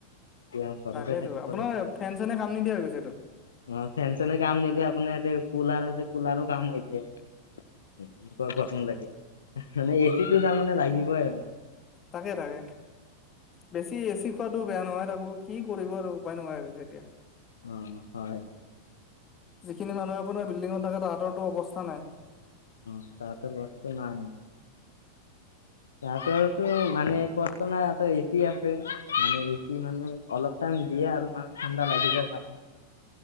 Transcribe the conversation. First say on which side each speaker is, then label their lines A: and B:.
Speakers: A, on the left; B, on the left.
A: দিয়া ঘৰতে
B: তাকেইতো
A: থাকিব
B: আপোনাৰ
A: লাগিব
B: ফেন চেনে কাম নিদিয়া হৈ গৈছেতো
A: অ, ফেন চেনে কাম নিদিয়া আপোনাৰ এতে কুলাৰ আছে কুলাৰো কাম নিদিয়ে এনেকুৱা গৰম লাগে <unintelligible> মানে এচি টো তাৰমানে লাগিবই আৰু।
B: তাকে-তাকে বেছি এচি খোৱাটো বেয়া নহয় তাকো কি কৰিব আৰু উপায় নোহোৱা হৈ গৈছে এতিয়া।
A: অ, হয়।
B: যিখিনি মানুহে আপোনাৰ বিল্ডিঙত থাকে তাহাঁতৰতো অৱস্থা নাই।
A: উম, তাহাতৰ বস্ত নাই। তাহাতৰতো মানে কষ্ট নাই <unintelligible> এচি আছে মানে এচি মানে অলপ টাইম দিয়ে আৰু মানে ঠাণ্ডা লাগি যায় তাতে।